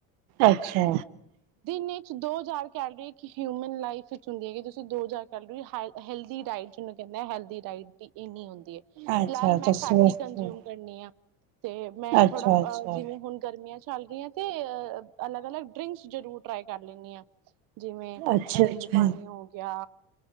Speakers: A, on the right (about 80°); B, on the right (about 55°).
A: ਅੱਛਾ
B: ਵਿੱਚ ਦੋ ਹਜ਼ਾਰ ਕਹਿ ਰਹੇ ਕਿ ਹਿਊਮਨ ਲਾਈਫ ਵਿੱਚ ਹੁੰਦੀ ਹੈਗੀ ਤੁਸੀਂ ਦੋ ਹਜ਼ਾਰ ਕਰ ਹੈਲਦੀ ਡਾਇਟ ਜਿਹਨੂੰ ਕਹਿੰਦਾ ਹੈਲਦੀ ਟਾਈਟੀ ਇੰਨੀ ਹੁੰਦੀ ਹੈ
A: ਅੱਛਾ ਅੱਛਾ
B: ਫਿਲਹਾਲ ਮੈਂ ਘੱਟ
A: ਅੱਛਾ
B: ਹੀ ਕੰਨਜਿਊਮ ਕਰਨੀ ਆ। ਤੇ ਮੈਂ
A: ਅੱਛਾ
B: ਥੋੜ੍ਹਾ
A: ਅੱਛਾ
B: ਅ ਜਿਵੇਂ ਹੁਣ ਗਰਮੀਆਂ ਚ ਚੱਲ ਰਹੀਆਂ ਤੇ ਅ ਅਲਗ-ਅਲਗ ਡ੍ਰਿੰਕਸ ਜਰੂਰ ਟਰਾਈ ਕਰ ਲੈਂਦੀ ਆ ਜਿਵੇਂ
A: ਅੱਛਾ
B: ਨਿੰਬੂ
A: ਅੱਛਾ
B: ਪਾਣੀ ਹੋ ਗਿਆ